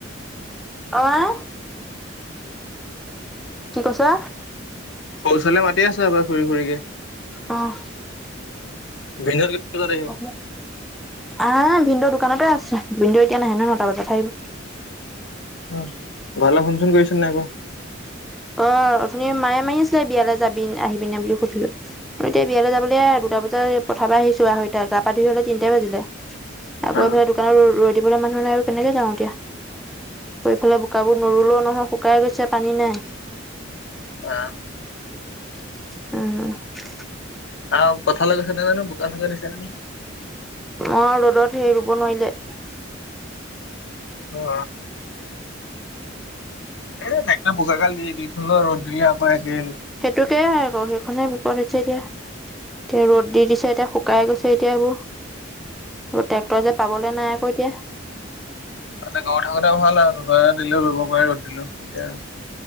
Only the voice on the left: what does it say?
সৰু চলিয়ে মাতি আছে হবলা খুৰি-খুৰিকে।
ভিনদেউহঁত কেইটাত আহিব
অ, ঘৰলে ফোন চোন কৰিছিল নে আকৌ?
অ
অ,
অ, পথাৰলে গৈছে ন নো বোকা চোকা দিছে নহয়।
অ, এ ট্ৰেক্টৰ বোকাগাল দি দিথলে ৰ'দ দিলে আকৌ আজি।
তাতে গৰত থাকোতে ভাল আৰু দুবাৰ এটা দিলে ৰুব পাৰি ৰ'দ দিলো এতিয়া